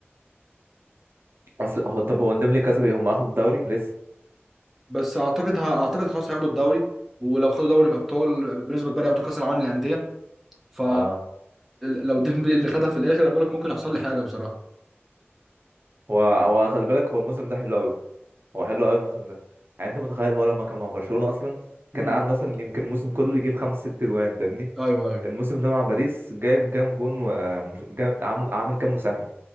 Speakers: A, on the right; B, in the centre.
A: اصل هو طب هو نديم لي كسبي هم اخدوا الدوري لسه
B: بس اعتقد ه... اعتقد خلاص هياخدوا الدوري ولو خدوا دوري الابطال بنسبه كبيره ياخدوا كاس العالم للانديه ف
A: اه
B: لو <laughs> ديمبلي اللي خدها في الاخر انا بقول لك ممكن يحصل لي حاجه بصراحه
A: هو هو خلي بالك هو الموسم ده حلو قوي هو حلو قوي الموسم ده يعني انت متخيل هو لما كان مع برشلونة اصلا
B: مم.
A: كان قاعد مثلا يمكن الموسم كله يجيب خمس ست جوان فاهمني
B: ايوه ايوه
A: الموسم ده مع باريس جايب كام جون وعامل عامل كام مساهمة